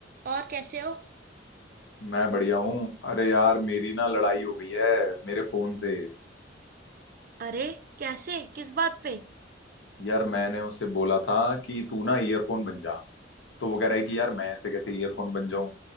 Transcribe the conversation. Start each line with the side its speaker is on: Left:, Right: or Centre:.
Right: और कैसे हो
Left: मैं बढ़िया हूँ अरे यार मेरी ना लड़ाई हो गई है मेरे फोन से
Right: अरे कैसे किस बात पे
Left: यार मैंने उसे बोला था कि तू ना ईयरफोन बन जा तो वो कह रहा है कि यार मैं ऐसे कैसे ईयरफोन बन जाऊं